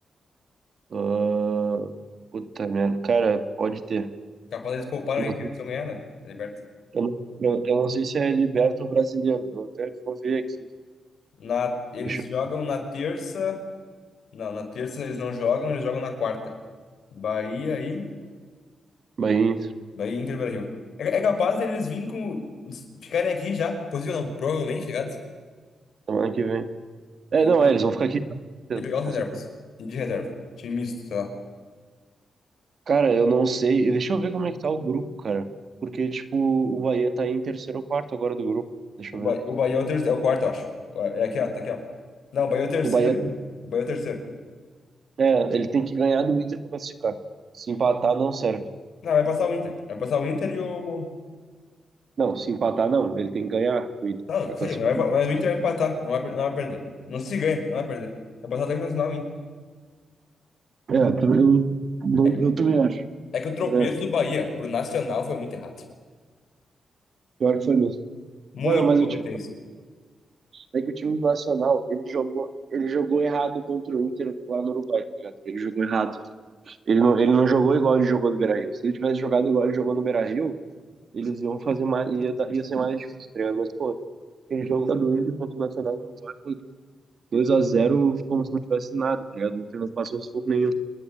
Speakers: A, on the right; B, on the left.
A: Ah, puta merda. Cara, pode ter.
B: Capaz eles pouparam
A: Eu
B: ainda,
A: não,
B: porque
A: sei-
B: eles vão ganhar, né? A Liberta.
A: eu não, eu, eu não sei se é liberto ou brasileiro. Eu até vou ver aqui.
B: Na... Eles
A: Deixa eu...
B: jogam na terça. Não, na terça eles não jogam, eles jogam na quarta. Bahia e.
A: Bahia, Inter,
B: Bahia e Inter Brasil. É, é capaz deles virem com. Ficarem aqui já. Possível não, provavelmente, tá ligado?
A: semana que vem. É,
B: E,
A: não, é, eles vão ficar aqui. Com certeza,
B: e pegar os
A: com
B: reservas.
A: certeza.
B: E de reserva. Time misto, sei lá.
A: Cara, eu não sei. Deixa eu ver como é que tá o grupo, cara. Porque, tipo, o Bahia tá em terceiro ou quarto agora do grupo. Deixa
B: O,
A: eu ver.
B: ba... o Bahia é o, terceiro, é o quarto, eu acho. É aqui, ó, tá aqui, ó. Não, o Bahia é o terceiro.
A: O Bahia,
B: O Bahia é o terceiro.
A: é, ele tem que ganhar do Inter pra classificar. Se empatar, não serve.
B: Não, vai passar o Inter. Vai passar o Inter e o.
A: Não, se empatar, não. Ele tem que ganhar o Inter
B: Não,
A: para
B: não sei,
A: classificar.
B: vai- mas o Inter vai empatar. Não vai, per- não vai perder. Não se ganha, não vai perder. Vai passar até o Nacional. o Inter.
A: É, também- eu, não-
B: É,
A: eu também acho.
B: é que o tropeço
A: também acho.
B: do Bahia pro Nacional foi muito errado.
A: Pior que foi mesmo.
B: Muita
A: Pô, é, mas
B: incompetência.
A: o time, é que o time do Nacional, ele jogou, ele jogou errado contra o Inter lá no Uruguai, tá ligado? Ele jogou errado. Ele não, ele não jogou igual ele jogou no Beira-Rio. Se ele tivesse jogado igual ele jogou no Beira-Rio, eles iam fazer mais, ia, dar- ia ser mais difícil, tá ligado? Mas, pô, aquele jogo lá do Inter contra o Nacional do Uruguai foi dois a zero como se não tivesse nada, tá ligado? O Inter não passou sufoco nenhum.